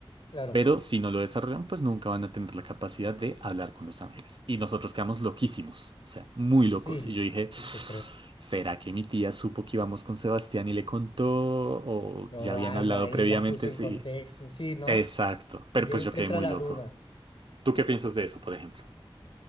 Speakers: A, on the left; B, on the right.
A: claro.
B: pero si no lo desarrollan, pues nunca van a tener la capacidad de hablar con los ángeles. Y nosotros quedamos loquísimos, o sea, muy locos.
A: Sí,
B: Y yo dije,
A: sí te creo.
B: ¿será que mi tía supo que íbamos con Sebastián y le contó? ¿O
A: No,
B: ya habían
A: algo
B: hablado
A: ahí
B: previamente?
A: la puso en
B: Sí,
A: contexto, sí, ¿no?
B: exacto. Pero
A: Te, lle-
B: pues yo
A: te
B: quedé
A: entra
B: muy
A: la
B: loco.
A: duda.
B: ¿Tú qué piensas de eso, por ejemplo?